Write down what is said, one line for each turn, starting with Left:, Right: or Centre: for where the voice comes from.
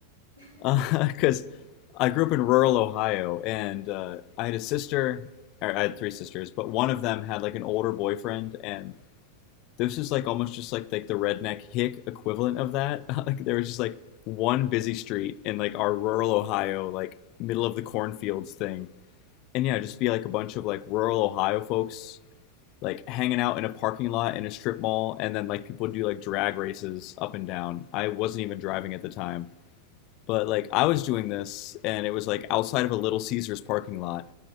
Right: What
Left: Uh, <laughs> Because
Right: was it?
Left: I grew up in rural Ohio, and uh, I had a sister, or I had three sisters, but one of them had like an older boyfriend, and this is like almost just like like the redneck hick equivalent of that. <laughs> like there was just like one busy street in like our rural Ohio, like middle of the cornfields thing. And yeah, just be like a bunch of like rural Ohio folks like hanging out in a parking lot in a strip mall and then like people do like drag races up and down. I wasn't even driving at the time. But like I was doing this and it was like outside of a Little Caesars parking lot